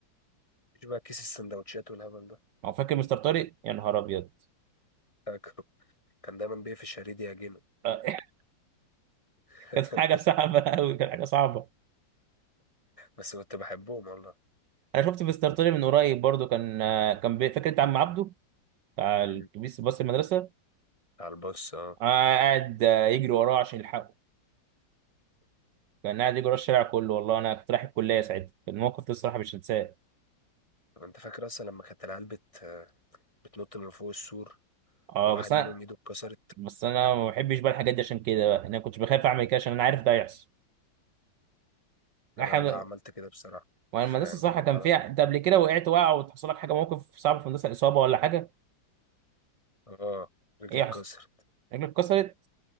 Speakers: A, on the left; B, on the right.
A: مفيش بقى كيس السندوتشات والهبل ده
B: هو فاكر مستر طارق يا نهار ابيض
A: فاكره كان دايما بيقفش شريدي يعجنه
B: آه، <laughs>
A: <laughs>
B: كانت حاجه صعبه قوي كانت حاجه صعبه
A: بس كنت بحبهم والله
B: انا شفت مستر طارق من قريب برضو كان آه، كان بي- فاكر انت عم عبده بتاع
A: مم.
B: الاتوبيس باص المدرسه
A: على البص اه
B: آه، قاعد آه، يجري وراه عشان يلحقه كان قاعد يجري ورا الشارع كله والله انا كنت رايح الكليه ساعتها كان موقف ده الصراحه مش هنساه
A: طب انت فاكر اصلا لما كانت العيال بت بتنط من فوق السور
B: اه
A: وواحد
B: بس انا
A: منهم ايده اتكسرت
B: بس انا ما بحبش بقى الحاجات دي عشان كده بقى انا كنت بخاف اعمل كده عشان انا عارف ده هيحصل
A: انا
B: احنا
A: لا عملت كده بصراحه
B: وانا
A: فيعني
B: المدرسه الصراحه كان
A: على
B: فيها انت قبل كده وقعت وقع وتحصل لك حاجه موقف صعب في المدرسه اصابه ولا حاجه
A: اه رجلي
B: ايه يحصل
A: اتكسرت
B: رجلك اتكسرت